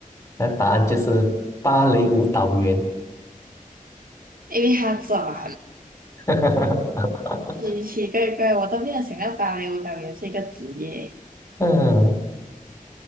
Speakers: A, on the left; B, on the right.
A: 那答案就是芭蕾舞蹈员，
B: 因为他转，
A: <laughs>
B: <laughs> 奇奇怪怪，我都没有想到芭蕾舞蹈员是一个职业。
A: 嗯，嗯